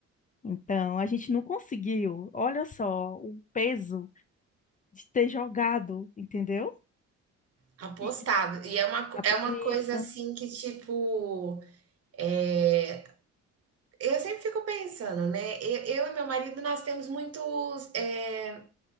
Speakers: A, on the left (about 25°); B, on the right (about 50°).
A: Então, a gente não conseguiu. Olha só o peso de ter jogado, entendeu?
B: Apostado.
A: E-
B: E é uma, co-
A: a po-
B: é uma
A: Isso.
B: coisa assim que, tipo, é, eu sempre fico pensando, né? E- Eu, e meu marido, nós temos muitos, é,